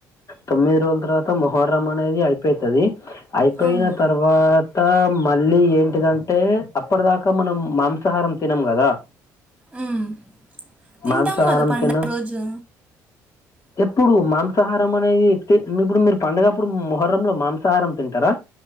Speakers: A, on the left (about 40°); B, in the centre.
A: తొమ్మిది రోజుల తర్వాత మొహర్రం అనేది అయిపేతది అయిపోయిన
B: అవును
A: తర్వాత మళ్ళీ ఏంటిదంటే అప్పడదాకా మనం మాంసాహారం తినం గదా
B: మ్మ్. తింటాం
A: మాంసాహారం
B: గదా పండగ
A: తిన
B: రోజు
A: ఎప్పుడు మాంసాహారం అనేది తి మిప్పుడు మీరుపండగప్పుడు మొహర్రంల మాంసాహారం తింటరా